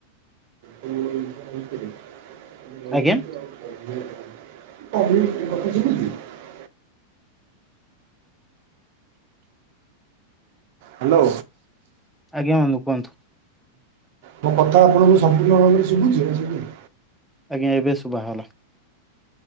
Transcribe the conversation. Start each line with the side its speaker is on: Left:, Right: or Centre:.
Right: କାହିଁକି <unintelligible>
Centre: ଆଜ୍ଞା?
Right: ମୁଁ କହିବି କି <inaudible> ହାଲୋ।
Centre: ଆଜ୍ଞା ବନ୍ଧୁ କୁହନ୍ତୁ।
Right: ମୋ କଥା ଆପଣଙ୍କୁ ସମ୍ପୂର୍ଣ୍ଣ ଭାବରେ ଶୁଭୁଚି ନା ଶୁଭୁନି।
Centre: ଆଜ୍ଞା ଏବେ ଶୁଭାଗଲା।